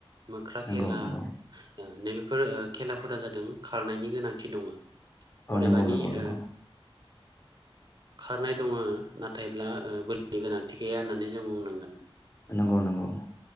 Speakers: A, on the right; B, on the left.
A: मोख्रा
B: नंगौ
A: खेला
B: नंगौ
A: नैबे। बेफोर खेलाफोरा जादों खारनायनि गोनांथि दङ
B: औ
A: अदेबानि
B: नंगौ नंगौ
A: <inaudible>
B: नंगौ
A: खारनाय दङ नाथायब्ला बोलोनि गोनांथि गैया होननानै जों बुंनांगोन।
B: नंगौ नंगौ।